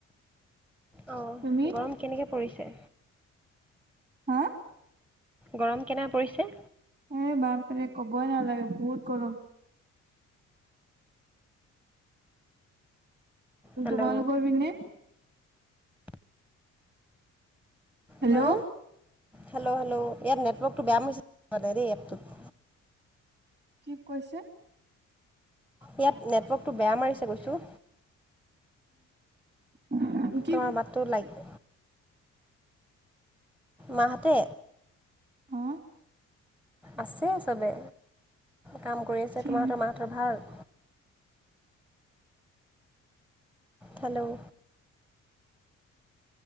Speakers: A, in the centre; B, on the right.
A: অ
B: তুমি?
A: গৰম কেনেকে পৰিছে
B: হা
A: গৰম কেনে পৰিছে
B: এ বাপৰে ক'বই নালাগে বহুত গৰম
A: হেল্ল'
B: তোমালোকৰ পিনে হেল্ল
A: হা হেল্ল হেল্ল ইয়াত নেটৱৰ্কটো বেয়া মাৰিছে দেই এপটোত
B: কি কৈছে
A: ইয়াত নেটৱৰ্কতটো বেয়া মাৰিছে কৈছো
B: অ
A: তোমাৰ মাতটো লাগ মাহঁতে
B: অ
A: আছে চবে কাম কৰি আছে তোমাৰহতৰ
B: উম
A: মাহঁতৰ ভাল হেল্ল'